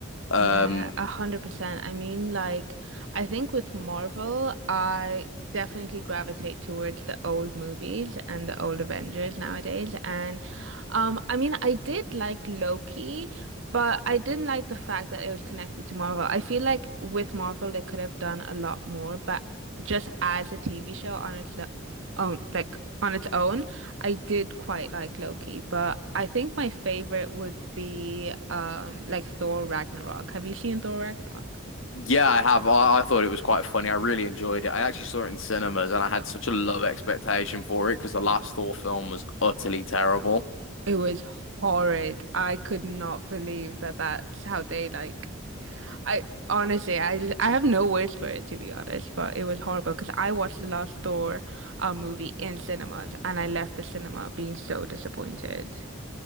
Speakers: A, on the left; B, on the right.
A: Um,
B: Yeah, a hundred percent. I mean, like, I think with Marvel, I definitely gravitate towards the old movies and the old Avengers nowadays. And um, I mean, I did like Loki, but I didn't like the fact that it was connected to Marvel. I feel like with Marvel, they could have done a lot more, but just as a TV show on its lo- own, like on its own. I did quite like Loki, but I think my favorite would be um like Thor Ragnarok. Have you seen Thor Ragnarok?
A: Yeah, I have. I, I thought it was quite funny. I really enjoyed it. I actually saw it in cinemas and I had such a low expectation for it because the last Thor film was utterly terrible.
B: It was horrid. I could not believe that that's how they like I honestly I just, I have no words for it to be honest, but it was horrible because I watched the last Thor uh, movie in cinemas and I left the cinema being so disappointed.